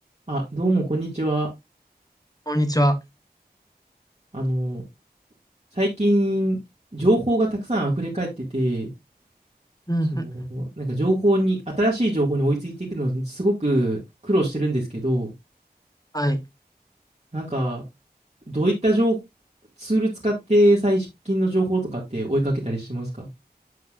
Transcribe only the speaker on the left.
こんにちは。
うんうん。
はい。